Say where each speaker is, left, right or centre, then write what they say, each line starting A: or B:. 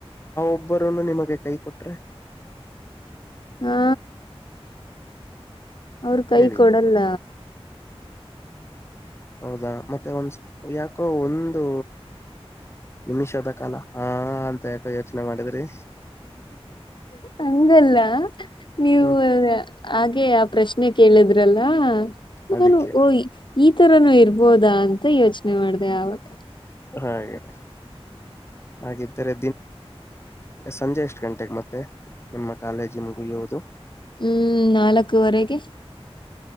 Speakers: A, on the left; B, on the left.
A: ಇಬ್ಬರನ್ನು ನಿಮಗೆ ಕೈ ಕೊಟ್ರೆ
B: ಹಾ ಅವ್ರ ಕೈ
A: ಹೇಳಿ
B: ಕೊಡಲ್ಲ
A: ಹೌದಾ ಮತ್ತೆ ಯಾಕೋ ಒಂದು ನಿಮಿಷದ ಕಾಲ ಹಾ ಅಂತ ಯಾಕ ಯೋಚನೆ ಮಾಡಿದ್ರಿ
B: ಹಂಗಲ್ಲ ನೀವು
A: ಹ್ಮ್
B: ಹಾಗೆ ಆ ಪ್ರಶ್ನೆ ಕೇಳಿದ್ರಲ್ಲ
A: ಅದಕ್ಕೆ
B: ನಾನು ಓಯಿ ಈ ತರನುೂ ಇರ್ಬೋದಾ ಅಂತ ಯೋಚನೆ ಮಾಡಿದೆ ಅವಾಗ
A: ಹಾಗೆ ಹಾಗಿದ್ದರೆ ಸಂಜೆ ಎಷ್ಟು ಗಂಟೆಗೆ ಮತ್ತೆ ನಿಮ್ಮ ಕಾಲೇಜ ಮುಗಿಯೋದು
B: ಹ್ಮ್ ನಾಲ್ಕುವರೆಗೆ